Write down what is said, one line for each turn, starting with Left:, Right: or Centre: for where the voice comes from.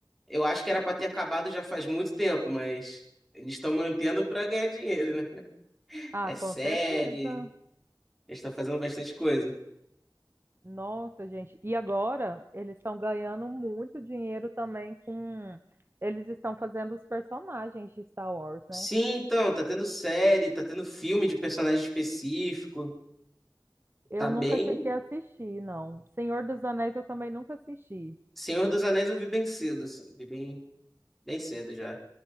Centre: eu acho que era pra ter acabado já faz muito tempo, mas eles estão mantendo pra ganhar dinheiro, né? <laughs>
Right: Ah,
Centre: É
Right: com
Centre: série,
Right: certeza.
Centre: eles estão fazendo bastante coisa.
Right: Nossa, gente. E agora eles estão ganhando muito dinheiro também com. Eles estão fazendo os personagens de Star Wars,
Centre: Sim,
Right: né?
Centre: então, tá tendo série, tá tendo filme de personagem específico,
Right: Eu
Centre: tá bem.
Right: nunca cheguei a assistir, não. Senhor dos Anéis eu também nunca assisti.
Centre: Senhor dos Anéis eu vi bem cedo, assim, vi bem, bem cedo já.